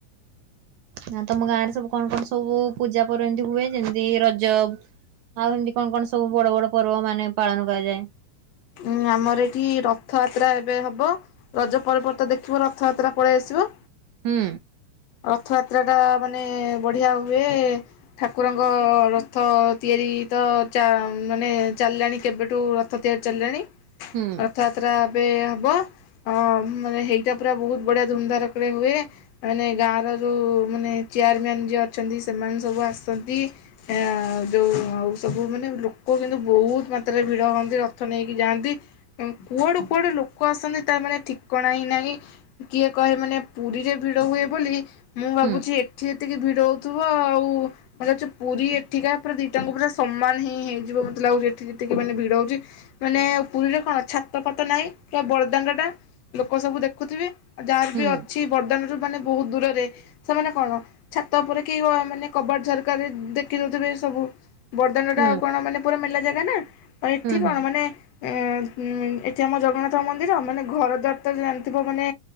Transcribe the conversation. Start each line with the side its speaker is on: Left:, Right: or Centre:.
Right: ନା ତମ ଗାଁରେ ସବୁ କଣ କଣ ସବୁ ପୂଜା ପର ଏମତି ହୁଏ କି ଯେମିତି ରଜ ଆଉ ଏମିତି କଣ କଣ ସବୁ ବଡ ବଡ ପର୍ବ ମାନେ ପାଳନ କରାଯାଏ?
Left: ଉଁ, ଆମର ଏଠି ରଥଯାତ୍ରା ଏବେ ହବ। ରଜ ପରବ ତ ଦେଖିବ ରଥଯାତ୍ରା ପଳେଇ ଆସିବ।
Right: ହୁଁ।
Left: ରଥଯାତ୍ରାଟା ମାନେ ବଢିଆ ହୁଏ। ଠାକୁରଙ୍କ ରଥ ତିଆରି ତ ଚା ମାନେ ଚାଲିଲାଣି କେବେଠୁ ରଥ ତିଆରି ଚାଲିଲାଣି।
Right: ହୁଁ
Left: ଅଥଯାତ୍ରା। ଏବେ ହବ। ଅ ମାନେ ହେଇଟା ପୁରା ବହୁତ ବଢିଆ ଧୁମଧାରକଡେ ହୁଏ। ମାନେ ଗାଁର ଯଉଁ ମାନେ ଚେୟାରମ୍ୟାନ୍ ଯିଏ ଅଛନ୍ତି, ସେମାନେ ସବୁ ଆସନ୍ତି। ଆ ଯଉଁ ଆଉ ସବୁ ମାନେ ଲୋକ କିନ୍ତୁ ବହୁତ ମାତ୍ରାରେ ଭିଡ଼ ହୁଅନ୍ତି ରଥ ନେଇକି ଯାଆନ୍ତି। କୁଆଡ଼ୁ କୁଆଡ଼ୁ ଲୋକ ଆସନ୍ତି ତା ମାନେ ଠିକଣା ହିଁ ନାହିଁ। କିଏ କହେ ମାନେ ପୁରୀରେ ଭିଡ଼ ହୁଏ। ବୋଲି। ମୁଁ ଭାବୁଚି
Right: ହୁଁ
Left: ଏଠି ଏତିକି ଭିଡ ହଉ ଥିବ, ଆଉ ମତେ ଲାଗୁଚି ପୁରୀ ଏଠିକା ପୁରା ଦିଟାଙ୍କୁ ପୁରା ସମାନ ହିଁ ହେଇଯିବ ମତେ ଲାଗୁଛି ଏଠି ଯେତିକି ମାନେ ଭିଡ ହଉଚି। ମାନେ ପୁରୀରେ କଣ ଛାତ ଫାତ ନାହିଁ କି ବରଦାଣ୍ଡ ଟା ଲୋକ ସବୁ ଦେଖୁଥିବେ। ଯାହାର ବି
Right: ହୁଁ।
Left: ଅଛି ବର୍ଦାନ ରୁ ମାନେ ବହୁତ ଦୂରରେ। ସେମାନେ କଣ ଛାତ ଉପରେ କି ଓ ମାନେ କବାଟ ଝରକାରେ ଦେଖିଦଉଥିବେ ସବୁ। ବର୍ଦାନଣ୍ଡଟା
Right: ହୁଁ
Left: ଆଉ କଣ ମାନେ ପୁରା ମେଲା ଜାଗା ନା। ଆଉ ଏଠି
Right: ହୁଁ ହୁଁ
Left: କଣ ମାନେ ଏ ଉଁ ଏଠି ଆମ ଜଗନ୍ନାଥ ମନ୍ଦିର ମାନେ ଘର ଦ୍ୱାର ତ ଜାଣିଥିବ ମାନେ